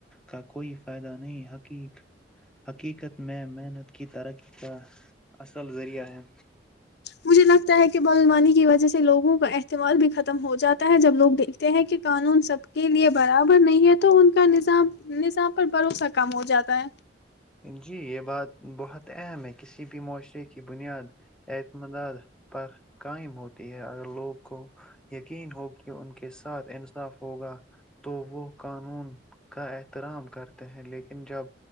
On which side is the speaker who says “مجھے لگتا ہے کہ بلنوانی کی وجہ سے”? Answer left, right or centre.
Left